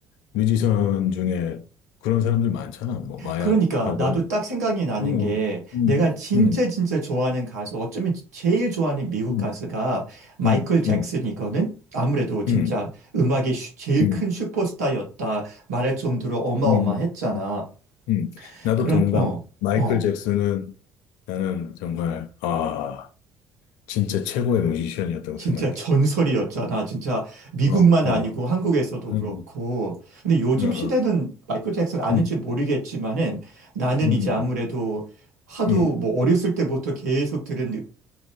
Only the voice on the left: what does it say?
뮤지션 중에 그런 사람들 많잖아. 뭐 마약하고
뭐.
뭐,
음,
음,
음,
음,
음,
음,
음,
음, 음. 나도
동감.
마이클
잭슨은 나는 정말 아 진짜 최고의 뮤지션이었다고
생각해.
어,
어,
음,
음, 어,
음,
음,
음,
음,